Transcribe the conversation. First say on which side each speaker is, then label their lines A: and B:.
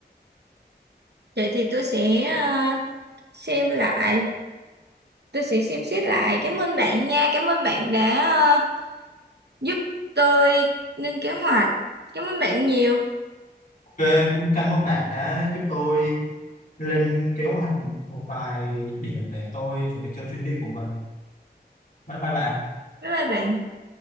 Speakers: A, on the right; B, on the left.
A: Vậy thì tôi sẽ ờ, xem lại, tôi sẽ xem xét lại. Cảm ơn bạn nha, cảm ơn bạn đã ờ, giúp tôi lên kế hoạch. Cảm ơn bạn nhiều.
B: ok cũng cảm ơn bạn đã giúp tôi lên kế hoạch một vài điểm để tôi chuẩn bị cho chuyến đi của mình bye bye bạn
A: Bye bye bạn.